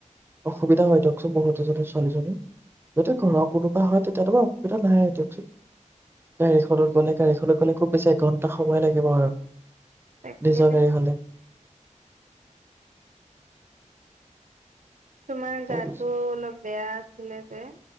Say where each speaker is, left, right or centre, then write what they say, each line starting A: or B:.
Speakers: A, on the right; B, on the right.
A: অসুবিধা হয় দিয়কচোন বহত এজনী ছোৱালীজনীৰ। যদি ঘৰৰ কোনোবা হয় তেতিয়াতো বাৰ অসুবিধা নাই দিয়কচোন গাড়ীখনত গলে গাড়ীখনত গলে খুব বেছি এঘন্টা সময় লাগিব আৰু
B: তাকে
A: নিজৰ
B: তাকে
A: গাড়ী হ'লে।
B: তোমাৰ
A: তাৰপিছত
B: গাটো অলপ বেয়া আছিলে যে।